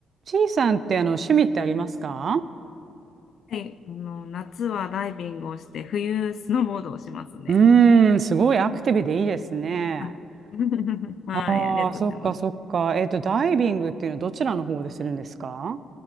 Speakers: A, on the right (about 50°); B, on the left (about 65°).
A: ちいさんってあの趣味ってありますか
B: はい、あの、夏はダイビングをして、冬スノーボードをしますね。
A: うーん、すごいアクティブでいいですね。
B: あ <laughs> はい、
A: ああ、
B: ありがとうございます。
A: そっかそっか。えっと、ダイビングっていうのはどちらの方でするんですか